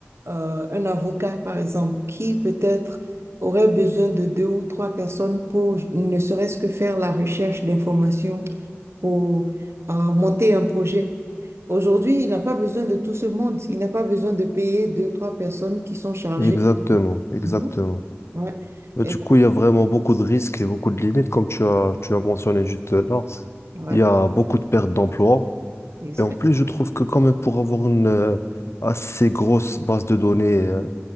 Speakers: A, on the right; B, on the left.
A: euh, un avocat, par exemple, qui peut-être aurait besoin de deux ou trois personnes pour ne serait-ce que faire la recherche d'informations pour euh, monter un projet. Aujourd'hui, il n'a pas besoin de tout ce monde. Il n'a pas besoin de payer deux, trois personnes qui sont chargées.
B: exactement, exactement.
A: Mhm. Ouais.
B: Mais
A: Et,
B: du coup, il y a vraiment beaucoup de risques et beaucoup de limites, comme tu as, tu as mentionné juste là.
A: donc, ouais.
B: Il y a beaucoup de pertes d'emplois.
A: Et c'est-
B: Et en
A: fait.
B: plus, je trouve que quand même pour avoir une euh, assez grosse base de données, euh,